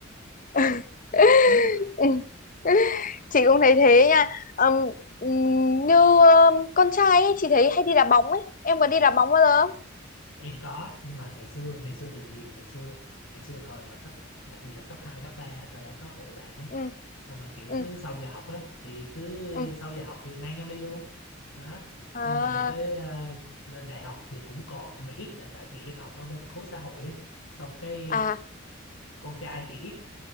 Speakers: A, on the left (about 40°); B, on the left (about 85°).
A: <laughs>
B: ướt
A: ừ, chị cũng thấy thế nha Ừm, ừm, như ờm, con trai ấy, chị thấy hay đi đá bóng ấy em có đi đá bóng bao giờ không
B: em có nhưng mà ngày xưa ngày xưa thì nhiều ngày xưa ngày xưa thời mà cấp đặc biệt là cấp 2 cấp ba á thời đó có hội bạn á
A: ừ,
B: xong mà kiểu
A: ừ,
B: cứ sau giờ học á thì cứ
A: ừ.
B: sau giờ học thì mang nhau đi luôn đó
A: À,
B: nhưng mà cái ờ, lên đại học thì cũng còn nhưng mà ít là tại vì em học ở bên khối xã hội á xong cái
A: à
B: con trai thì ít